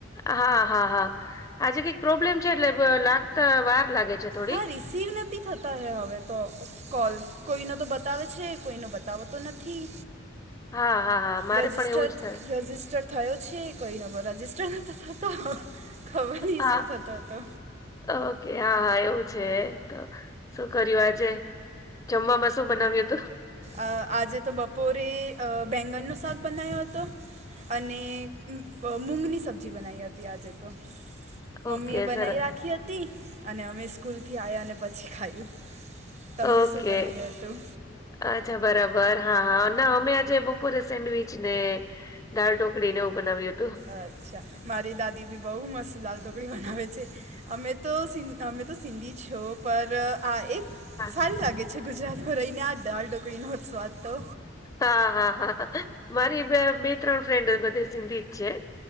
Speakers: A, on the left; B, on the right.
A: હા, હા, હા આજે કંઈક પ્રોબ્લેમ છે, એટલે લાગતા વાર લાગે છે. થોડી
B: હા રિસસીવ નથી, કર નથી થતા, હવે તો કોલ કોઈનો તો બતાવે છે, કોઈનો બતાવોતો નથી.
A: હા હા હા મારે
B: રજિસ્ટર.
A: પણ એવું જ થાય
B: થયો છે, કોઈ નંબર રજિસ્ટર નોતો થતો ખબર નહીં
A: હા
B: શું થતો હતો.
A: ઓકે હા, હા એવું છે, તો શું કર્યું આજે. જમવામાં શું બનાવ્યું હતું.
B: અ આજે તો બપોરે બેંગનનો શાક બનાયો હતો. અને મૂગની સબ્જી બનાવી હતી, આજે તો મમ્મીએ
A: ઓકે
B: બનાવી
A: સરસ
B: રાખી હતી, અને અમે સ્કૂલથી આવ્યા અને પછી ખાયું. તમને
A: ઓકે.
B: શું બનાવ્યું હતું
A: અચ્છા બરાબર હા, હા ના અમે આજે બપોરે સેન્ડવીચને. દાળ ઢોકળીને એવું બનાવ્યું હતું.
B: અચ્છા મારી દાદી ભી બહુ મસ્ત ચાલતો. મહેમાન આવે છે, અમે તોસ અમે તો સિંધી છો, પર આ એક
A: હા,
B: સારી લાગે છે ગુજરાત માં રહીને આ ડાલડઈ ન સ્વાદ તો
A: હા હા હા, મારી બે બે ત્રણ ફ્રેન્ડ બધે સિંધી જ છે.